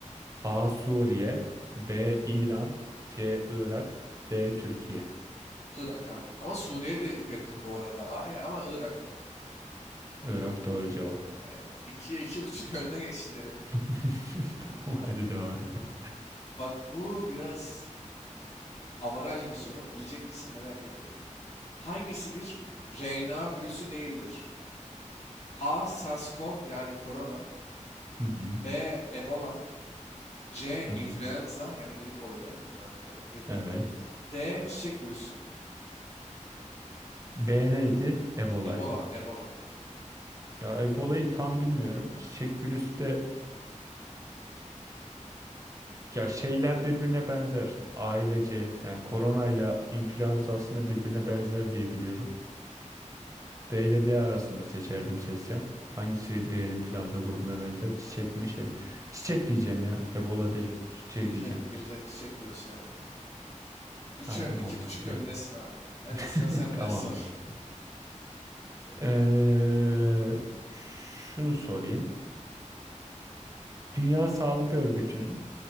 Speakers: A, on the right (about 25°); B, on the left (about 55°).
A: A. Suriye B. İran C. Irak D. Türkiye
B: Irak abi. Ama Suriye de yakın bu arada. Araya ama Irak, Irak.
A: Irak doğru cevap.
B: Evet. ikiye iki buçuk önüne geçti.
A: <laughs> Tamam
B: <laughs>
A: hadi devam edelim.
B: Bak bu biraz avaraj bir soru. Bilecek misin merak ediyorum. Hangisi bir RNA virüsü değildir? A. SARS-CoV yani korona.
A: Hı hı.
B: B. Ebola. C.
A: Hı
B: İnfluenza
A: hı.
B: yani grip oluyor değil mi influenza? Emin değilim.
A: Evet.
B: D. Çiçek virüsü.
A: B neydi? Ebola'ydı.
B: Ebola, Ebola.
A: Ya Ebola'yı tam bilmiyorum. Çiçek virüsü de ya şeyler birbirine benzer. Ailece yani korona ile influenza aslında birbirine benzer diye biliyorum. B ile D arasında seçerdim seçsem. Hangisi diğer influenza grubuna benzer? Çiçek mi şey mi? Çiçek diyeceğim ya. Ebola değil. Şey
B: Bildin,
A: diyeceğim.
B: bildin. Çiçek virüsü evet. 3'e
A: Ha, umarım
B: buçuk
A: geldi.
B: öndesin abi. Hadi sıra
A: <laughs>
B: sende
A: Tamamdır.
B: <laughs> sor.
A: Ee, şunu sorayım. Dünya Sağlık Örgütü'nün